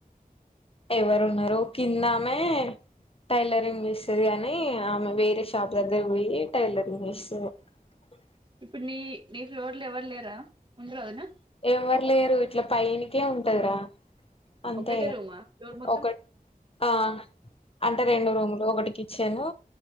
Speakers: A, on the left (about 40°); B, on the right (about 30°).
A: ఎవరు ఉన్నార కిందమే టైలరింగ్ చేస్తుంది గానీ ఆమె వేరే షాప్ దగ్గర పోయి టైలరింగ్ చేస్తుంది బ
B: ఇప్పుడు నీ నీ ఫ్లోర్ లో ఎవరు లేరా ఉండరుదునా
A: ఎవరు లేరు ఇట్లా పైనికే ఉంటదా అంతే
B: ఒక్కటే రూమా ఫ్లోర్ మొత్తం
A: ఒకటి ఆ అంటే రెండు రూమ్లు ఒకటి క వచ్చాను